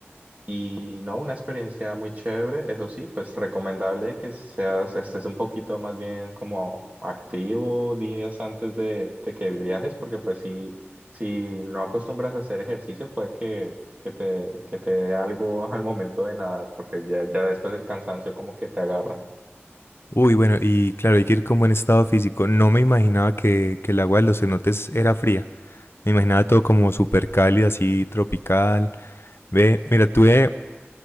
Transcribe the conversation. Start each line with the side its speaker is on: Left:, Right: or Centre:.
Right: Y no, una experiencia muy chévere, eso sí, pues recomendable que seas, estés un poquito más bien como activo días antes de, de que viajes, porque pues si, si no acostumbras a hacer ejercicio, puede que, que te, que te dé algo al momento de nadar, porque ya, ya después el cansancio como que te agarra.
Left: Uy, bueno, y claro, hay que ir con buen estado físico. No me imaginaba que, que el agua de los cenotes era fría. Me imaginaba todo como súper cálido, así tropical. Ve, mira, tuve